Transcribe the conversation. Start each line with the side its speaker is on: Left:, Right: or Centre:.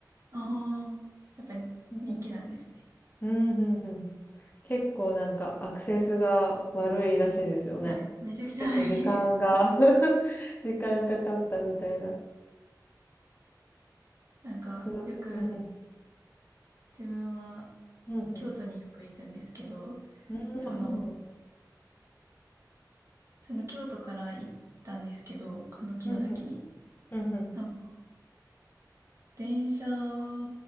Right: あ、やっぱ人気なんですね。
Left: うんうん。うんうんうん。結構なんかアクセスが悪いらしいですよね。
Right: はい。めちゃくちゃいいです。
Left: 結構時間が <laughs> 時間かかったみたいな。
Right: はい。なんか、
Left: 城崎。
Right: よく
Left: うんうん。
Right: 自分は
Left: うんうん。
Right: 京都によく行くんですけど、
Left: うん、
Right: その、
Left: あ、そうなんですね。
Right: その京都から行ったんですけど、あの、城崎に。
Left: うん、ふん、うんうん
Right: なんか、電車